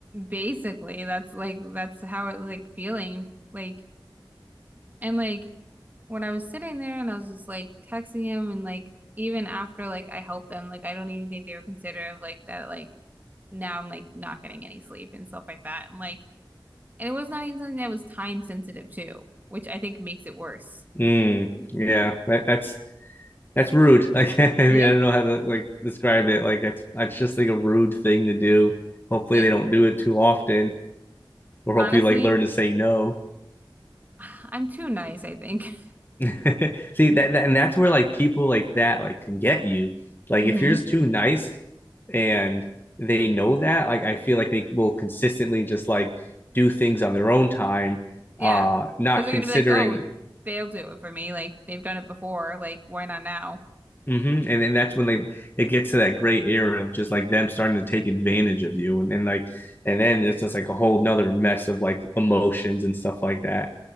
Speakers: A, on the right; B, on the left.
A: basically, that's like, that's how it like feeling. Like, and like when I was sitting there and I was just like texting him and like, even after like I helped them, like, I don't even think they were considerate of like that, like, now I'm like not getting any sleep and stuff like that. And like, and it was not even something that was time sensitive too, which I think makes it worse. <laughs>
B: Mm, yeah, that, that's that's rude. <laughs> Like, I mean,
A: Yeah.
B: I don't know how to like describe it. Like, that's that's just like a rude thing to do. Hopefully,
A: It
B: they don't do it too often, or hopefully,
A: honestly,
B: like learn to say no.
A: <sighs> I'm too nice, I think.
B: <laughs> See that, that, and that's where like people like that like can get you. Like,
A: <laughs> hmm
B: if you're just too nice, and they know that, like, I feel like they will consistently just like do things on their own time,
A: Yeah.
B: uh, not
A: Because they're
B: considering
A: going to be like, oh, they'll do it for me. Like, they've done it before. Like, why not now?
B: Mm-hmm. And then that's when they it gets to that gray area of just like them starting to take advantage of you, and then like, and then it's just like a whole nother mess of like emotions and stuff like that.